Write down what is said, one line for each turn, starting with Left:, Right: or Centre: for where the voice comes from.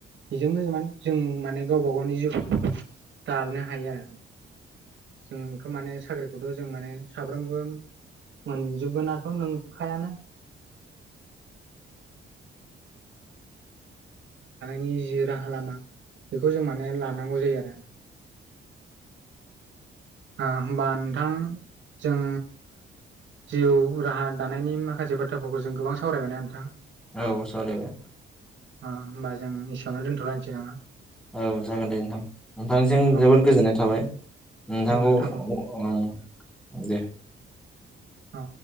Right: बेजोंबो माने जों माने गावबा गावनि जिउखौ दारनो हायो जोंथ' माने साख्रिखौथ' जों माने साफ्रोमबो मोनजोबगोनाथ' नोंखायानो <inaudible> बेखौ जों माने लानांगौ जायो आरो आ होमबा नोंथां जों जिउ राहा दानायनि माखासे बाथ्राफोरखौ जों गोबां सावरायबायना नोंथां
Centre: औ सावरायबाय
Right: अ होमबा जों इसेयावनो दोन्थ'लायनोसै नामा?
Centre: औ जागोन दे नोंथां नोंथांनिजोंम
Right: औ
Centre: जोबोद गोजोननाय थाबाय नोंथांखौ
Right: औ नोंथां औ
Centre: उम दे
Right: औ